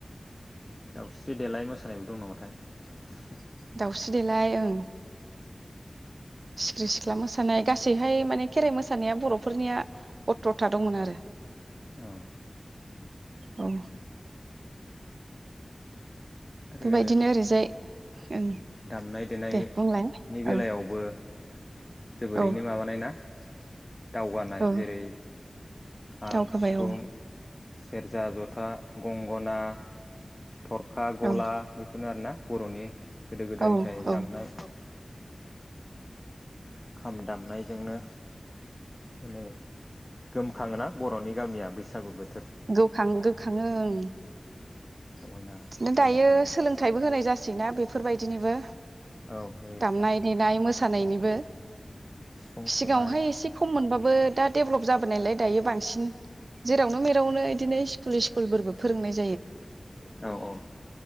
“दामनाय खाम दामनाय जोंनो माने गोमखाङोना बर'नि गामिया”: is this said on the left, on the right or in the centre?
Left